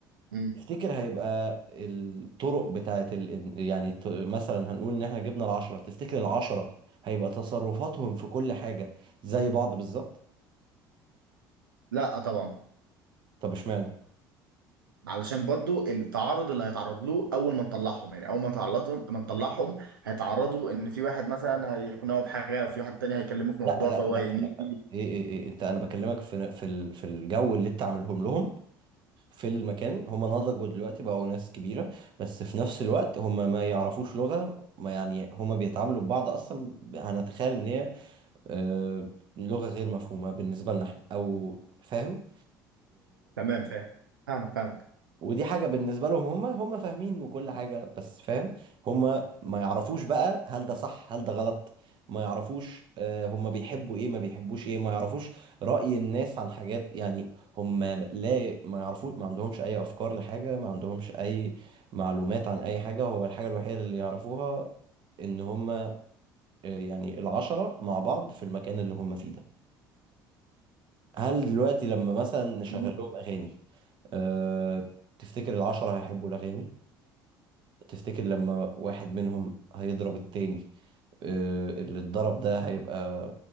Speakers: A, on the right; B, on the right.
A: مم.
B: تفتكر هيبقى الطرق بتاعت ال... يعني ت- مثلا هنقول ان احنا جبنا العشرة تفتكر العشرة هيبقى تصرفاتهم في كل حاجة زي بعض بالظبط
A: لا آه طبعا
B: طب اشمعنى
A: علشان برضو التعرض اللي هيتعرض له اول ما نطلعهم يعني اول ما نطلعهم ما نطلعهم هيتعرضوا ان في واحد مثلا هيقنعه بحاجه وفي واحد تاني هيكلمه في
B: لا
A: موضوع
B: لا
A: فهو
B: لا
A: يميل
B: لا
A: فيه
B: ايه ايه ايه انت انا بكلمك في في ال- في الجو اللي انت عاملهم لهم في المكان هم نضجوا دلوقتي بقوا ناس كبيرة بس في نفس الوقت هم ما يعرفوش لغة ما يعني هم بيتعاملوا ببعض اصلا هنتخيل ان هي آه، لغة غير مفهومة بالنسبة لنا احنا او فاهم
A: تمام فاهم فاهمك
B: ودي حاجة بالنسبة لهم هم هم فاهمين وكل حاجة بس فاهم هم ما يعرفوش بقى هل ده صح هل ده غلط ما يعرفوش آه، هم بيحبوا ايه ما بيحبوش ايه ما يعرفوش رأي الناس عن حاجات يعني هم لا ما يعرفوش ما عندهمش اي افكار لحاجة ما عندهمش اي معلومات عن اي حاجة هو الحاجة الوحيدة اللي يعرفوها ان هم آه، يعني العشرة مع بعض في المكان اللي هم فيه ده هل دلوقتي لما مثلا نشغل
A: فاهمك
B: لهم اغاني أه تفتكر العشرة هيحبوا الاغاني تفتكر لما واحد منهم هيضرب التاني آه، اللي اتضرب ده هيبقى